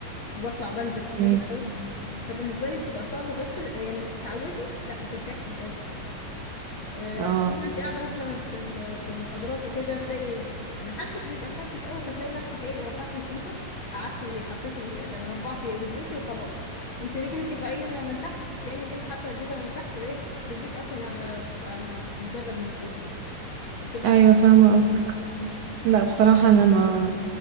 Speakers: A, on the left (about 60°); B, on the right (about 70°).
A: وبطلع بنزل كتير
B: مم.
A: أوي فبالنسبه لي بتبقى صعبه بس لما بتتعودي لا بترتاحي بجد آه،
B: اه
A: طول ما انت قاعده مثلا في ال- في المحاضرات وكده تلاقي ما حدش بيبقى شايفك قوي فتلاقي نفسك ايه رفعتي الجيبه قعدتي حطيتي آه، ربعتي رجليكي وخلاص انت رجلك يبقى ايه من تحت كانك انت حاطه الجيبه من تحت ايه رجليك اصلا على بتبقى على المدرج من فوق يعني بتبقى
B: ايوه فاهمة قصدك لا بصراحة أنا ما,